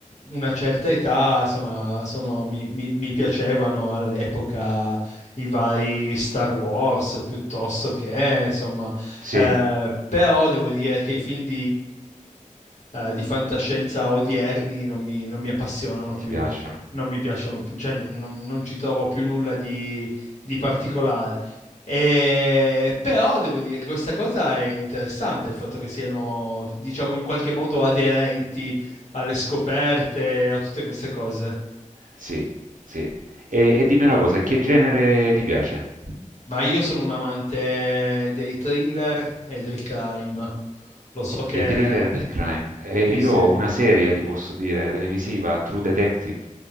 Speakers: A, on the left; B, on the right.
A: una certa età, insomma, sono- mi, mi- mi piacevano all'epoca i vari Star Wars piuttosto che, insomma,
B: Sì,
A: eh, però devo dire che i film eh, di fantascienza odierni non mi, non mi appassionano più,
B: ti piacciono.
A: non mi piacciono più, cioè non, non- non ci trovo più nulla di, di particolare. E- però devo dire che questa cosa è interessante, il fatto che siano, diciamo, in qualche modo aderenti alle scoperte, a tutte queste cose.
B: Sì, sì. E, e dimmi una cosa, che genere ti piace?
A: Ma io sono un amante dei thriller e del crime. Lo so che...
B: Dei thriller
A: <laughs>
B: del crime. E
A: Sì,
B: io
A: sì.
B: ho una serie, ti posso dire, televisiva, True Detective.